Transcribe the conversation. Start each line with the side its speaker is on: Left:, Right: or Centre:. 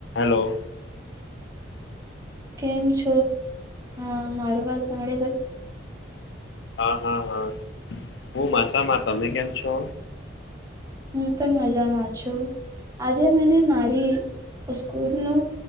Left: હાલો.
Right: કેમ છો? હા, મારું વાત સાભળે
Left: હા હા હા. હું મજા, તમે કેમ છો?
Right: હું પણ મજામાં છું, આજે મને મારી સ્કૂલ નો